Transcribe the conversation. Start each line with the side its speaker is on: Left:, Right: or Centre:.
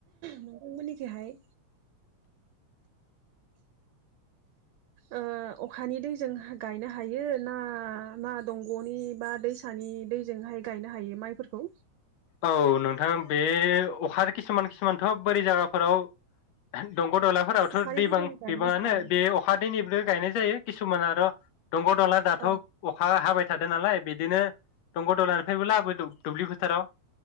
Right: नोंथांमोननिखहाय ओ अखानि दैजों गायनो हायो ना ना दंग'नि बा दैसानि दैजोंहाय गायनो हायो माइफोरखौ।
Left: औ नोंथां बे अखा किसुमान किसुमानथ' बोरै जायगाफोराव दं ग' दलाफोरावथ'
Right: अखानि
Left: दैबां
Right: दैजों गायनो
Left: गैबाङानो
Right: हाया
Left: बे अखा दैनिबो गायनाय जायो किसुमान आरो' दंग' दला दाथ'
Right: औ
Left: अखा हाबाय थादों नालाय बिदिनो दंग' दंलानिफ्रायबो लाबो दुब्लि फोथाराव